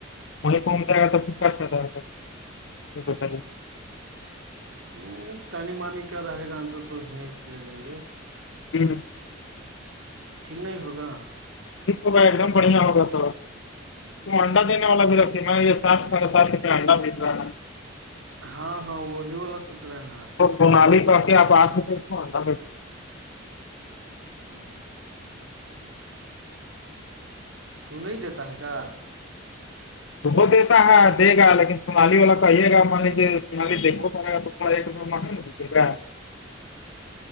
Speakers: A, on the left (about 70°); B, on the right (about 85°).
A: م کن جگا تو ف جائے گ ہے ھیک سر
B: ہ تانی مانی کیا رہے گا ان تور تو یہ سے لے لیں گے
A: جی
B: ٹھیک نہیں ہوگا
A: ہوگا ایک دم بڑھیا ہوگا س انڈا دینے والا بھی ر یہ سپ ساپ ہڈا م رہا نا
B: ہاں ہاں وہی والا ست رہا ہے
A: منالی توڑ کے آپ آ کے کےواناچ
B: ہوں تو نہیں دیتا ہے کیا
A: تو وہ دیتا ہے دے گا لیکن سونالی والا توئیے گا مان لیجیے سونالی دیکھو پڑے گا تو م م
B: <unintelligible>